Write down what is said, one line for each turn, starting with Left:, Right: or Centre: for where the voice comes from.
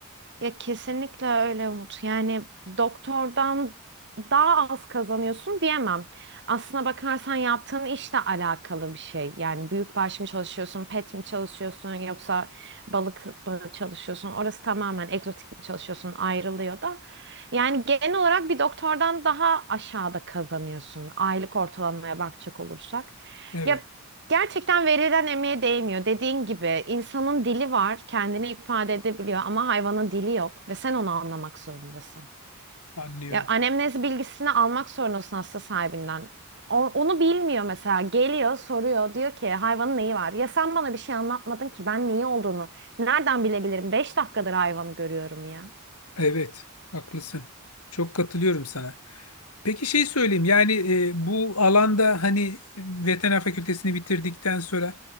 Right: Ya kesinlikle öyle Umut. Yani doktordan daha az kazanıyorsun diyemem. Aslına bakarsan yaptığın işle alakalı bir şey. Yani büyükbaş mı çalışıyorsun, pet mi çalışıyorsun yoksa balık mı çalışıyorsun? Orası tamamen egzotik mi çalışıyorsun ayrılıyor da. Yani genel olarak bir doktordan daha aşağıda kazanıyorsun. Aylık ortalamaya bakacak olursak.
Left: Evet,
Right: Ya Gerçekten verilen emeğe değmiyor. Dediğin gibi insanın dili var, kendini ifade edebiliyor ama hayvanın dili yok ve sen onu anlamak zorundasın.
Left: anlıyorum.
Right: Ya anemnez bilgisini almak zorundasın hasta sahibinden. O- onu bilmiyor mesela. Geliyor, soruyor, diyor ki hayvanın neyi var? Ya sen bana bir şey anlatmadın ki ben neyi olduğunu nereden bilebilirim? Beş dakikadır hayvanı görüyorum ya.
Left: Evet, haklısın. Çok katılıyorum sana. Peki şey söyleyeyim yani e, bu alanda hani veteriner fakültesini bitirdikten sonra